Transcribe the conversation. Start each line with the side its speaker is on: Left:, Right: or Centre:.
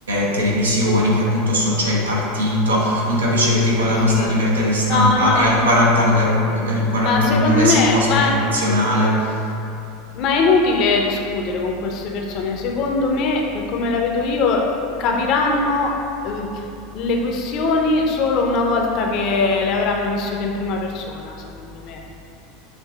Right: televisioni, che appunto so- c'è il partito, non capisce che tipo
Left: Eh
Right: la
Left: sì.
Right: nostra libertà di stampa
Left: No, no,
Right: è al
Left: ma
Right: 49, 49esimo
Left: ma secondo me
Right: posto
Left: ma
Right: internazionale.
Left: Ma è inutile discutere con queste persone, secondo me, per come la vedo io, capiranno eh, le questioni solo una volta che le avranno vissute in prima persona, secondo me.